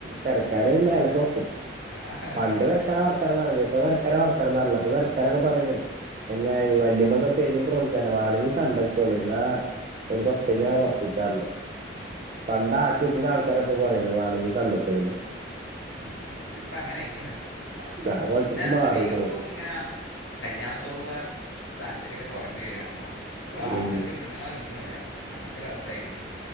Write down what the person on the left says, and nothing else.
ആഹ്
ഉം
ഉം
ഉം അതതിൽ ഇപ്പ അങ്ങനെ അയിക്കണ് അവസ്ഥ
പിന്നെ സ്ത്രീകൾക്കും
ഇങ്ങന കല്യാണത്തോടുള്ള താല്പര്യമൊക്കെ കുറഞ്ഞേ വരിവാണല്ലോ ഇപ്പൊ ആണുൾക്ക്
പെണ്ണുങ്ങൾ കിട്ടണുല്ല അങ്ങനത്തൊരു അവസ് തായ്ക്കണ്